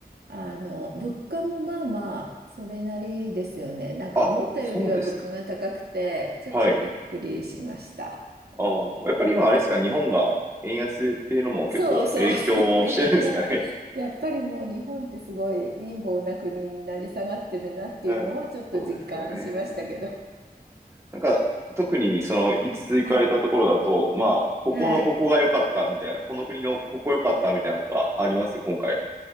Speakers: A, on the right; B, on the right.
A: あの、物価もまあまあ、それなりですよね。なんか思ったよりは物価が高くて、
B: あ、そうですね。
A: ちょっとびっくりしました。
B: はい。あーやっぱり今あれですか、日本が円安っていうのも結構影響してるんですかね。
A: そうそうそう。<laughs> いや、やっ、やっぱりもう日本ってすごい貧乏な国になり下がってるなっていうのをちょっと実感しましたけど。
B: <laughs> な、そうですよね。なんか、特にその、いつ行かれたところだと、
A: はい。
B: まあ、ここのここが良かったみたいな、
A: はい。
B: この国のここ良かったみたいなのとかあります、今回。